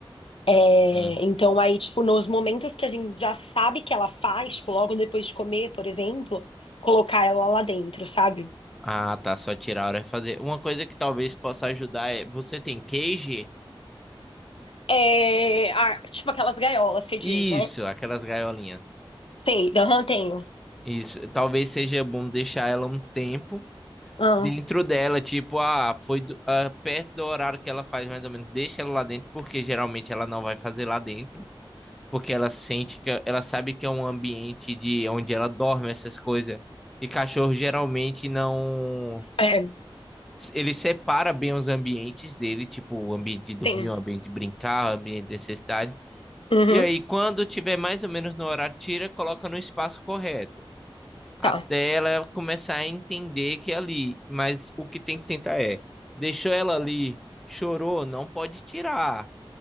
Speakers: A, on the left; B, in the centre.
A: É,
B: Sim.
A: então, aí, tipo, nos momentos que a gente já sabe que ela faz, tipo, logo depois de comer, por exemplo, colocar ela lá dentro, sabe?
B: Ah, tá. Só tirar a hora e fazer. Uma coisa que talvez possa ajudar é. Você tem cage?
A: É, ah, tipo aquelas gaiolas, você diz,
B: Isso,
A: né?
B: aquelas gaiolinhas.
A: Sei, aham, tenho.
B: Isso. Talvez seja bom deixar ela um tempo
A: Ah,
B: dentro dela. Tipo, ah, foi do- ah, perto do horário que ela faz mais ou menos. Deixa ela lá dentro, porque geralmente ela não vai fazer lá dentro. Porque ela sente que. Ela sabe que é um ambiente de onde ela dorme, essas coisas. E cachorro geralmente não.
A: é,
B: ele separa bem os ambientes dele, tipo o ambiente de dormir,
A: tem.
B: o ambiente de brincar, o ambiente de necessidade.
A: Uhum.
B: E aí, quando tiver mais ou menos no horário, tira, coloca no espaço correto. Até
A: Tá,
B: ela começar a entender que é ali. Mas o que tem que tentar é: deixou ela ali, chorou, não pode tirar.